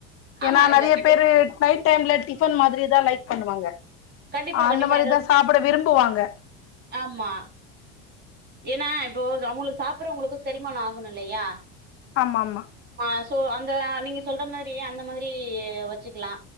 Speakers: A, on the left; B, on the right.
A: ஏன்னா
B: ஆமா இல்ல
A: நெறய
B: கண்டி
A: பேரு நைட் ட் டைம்ல டிஃபன் மாதிரி தா லைக் பண்ணுவாங்க
B: கண்டிப்பா
A: அந்த
B: கண்டிப்பா
A: மாரிதா சாப்பிட விரும்புவாங்க
B: ஆம்மா ஏன்னா இப்போ அவுங்களுக்கு சாப்பிட்றவங்களுக்கூ செரிமானோ ஆகணூ இல்லியா
A: ஆமாம்மா
B: ஆ சோ அந்த நீங்க சொல்ற மேரி அந்த மாரி வச்சுக்கலா